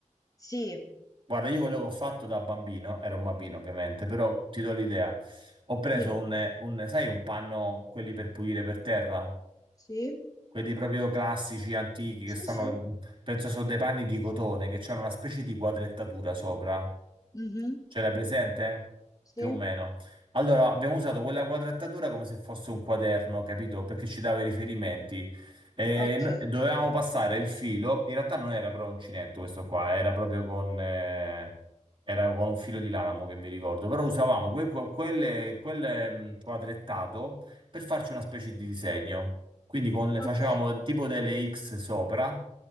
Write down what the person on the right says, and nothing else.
Guarda, io quello che ho fatto da bambino, ero un bambino ovviamente, però ti do l'idea. Ho preso
un, un, sai, un panno, quelli per pulire per terra?
quelli proprio classici, antichi,
che stanno,
penso sono dei panni di cotone, che hanno una specie di quadrettatura sopra.
Ce l'hai presente?
Più o meno. Allora, abbiamo usato quella quadrettatura come se fosse un quaderno, capito? Perché ci dava i riferimenti. E
no- e dovevamo passare il filo. In realtà non era però uncinetto questo qua, era proprio con, eh, era con un filo di lanamo che mi ricordo. Però usavamo quel, quel, quelle- quel, ehm, quadrettato per farci una specie di disegno. Quindi con le-
facevamo tipo delle X sopra,